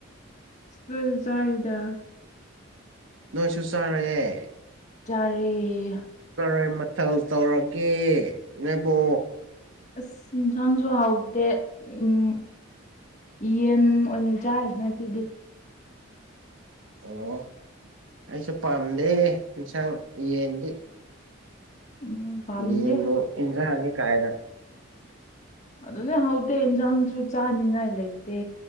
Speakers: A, on the left (about 35°); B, on the right (about 75°).
A: ꯁꯨꯁꯔꯦꯗꯥ
B: ꯅꯣꯏꯁꯨ ꯆꯥꯔꯑꯦ
A: ꯆꯔꯦ
B: ꯀꯔꯥꯏ ꯃꯊꯜ ꯇꯧꯔꯒꯦ ꯅꯣꯏꯕꯣ
A: ꯑꯁ ꯏꯟꯁꯥꯡꯁꯨ ꯍꯥꯎꯇꯦ ꯎꯝ ꯌꯦꯟ ꯑꯣꯏꯅ ꯆꯥꯔꯤ ꯉꯁꯤꯗꯤ
B: ꯑꯣ ꯑꯩꯁꯨ ꯄꯥꯝꯗꯦ ꯌꯦꯟꯁꯥꯡ ꯌꯦꯟꯗꯤ
A: ꯎꯝ ꯄꯥꯝꯗꯦ
B: ꯌꯦꯟꯕꯨ ꯏꯟꯁꯥꯡꯅꯤ ꯀꯥꯏꯅ
A: ꯑꯗꯨꯅꯦ ꯍꯧꯗꯦ ꯏꯟꯁꯥꯡꯁꯨ ꯆꯥꯅꯤꯡꯉꯥꯏ ꯂꯩꯇꯦ